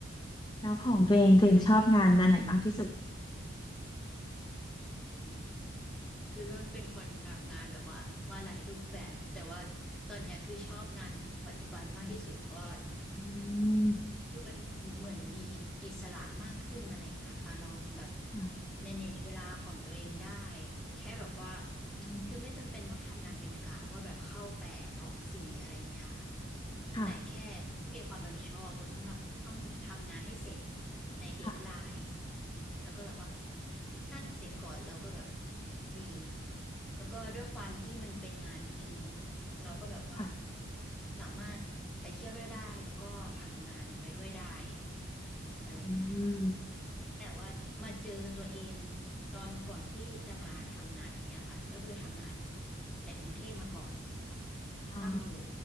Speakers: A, on the left (about 20°); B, in the centre.
A: แล้วของตัวเองตัวเองชอบงานอันไหนมากที่สุด
B: แต่ทางอืมคือก็เป็นคนทำงานแบบว่ามาหลายรูปแบบแต่ว่าตอนเนี้ยคือชอบงานปัจจุบันมากที่สุดเพราะว่า
A: อืม
B: คือมันเหมือนมีอิสระมากขึ้นอะไรอย่างเงี้ยค่ะเราแบบ
A: ค่ะ
B: manage เวลาของตัวเองได้แค่แบบว่า
A: อืม
B: คือไม่จำเป็นต้องทำงานเป็นกะว่าแบบเข้าแปดออกสี่อะไรอย่างเงี้ยค่ะ
A: ค่ะ
B: แต่แค่คุณต้องมีความรับผิดชอบคุณต้องต้องทำงานให้เสร็จในเดดไลน์
A: ค่ะ
B: แล้วก็แบบว่าถ้างเสร็จก่อนเราก็แบบฟรีแล้วก็ด้วยความที่มันเป็นงานรีโมท เราก็แบบว่า
A: ค่ะ
B: สามารถไปเที่ยวด้วยได้แล้วก็ทำงานไปด้วยได้อะไรเงี้ยค่ะ
A: อืม
B: แต่ว่ามาเจอตัวเองตอนก่อนที่จะมาทำงานอันเนี้ยค่ะก็คือทำงานในกรุงเทพมาก่อน
A: อ๋อ
B: ทำอยู่